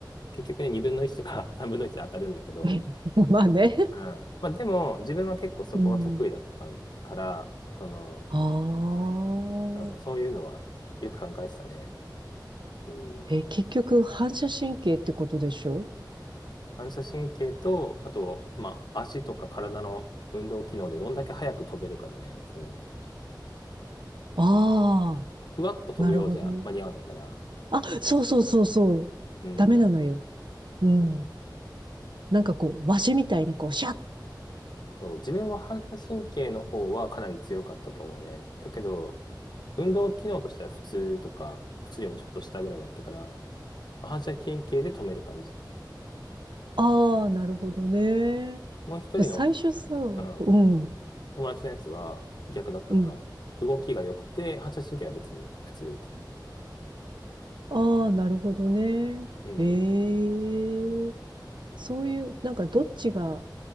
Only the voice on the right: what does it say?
<laughs> まあね。
うん。
ああ。
え、結局、反射神経ってことでしょ
ああ
ー、なるほどね。あ、そうそうそうそう。
ダメなのよ。うん。
なんかこう、わしみたいにこう、シャッ。
ああ、なるほどね。
で、最初さ、うん、
うん。
ああ、なるほどね。
ええそういう、なんかどっちが、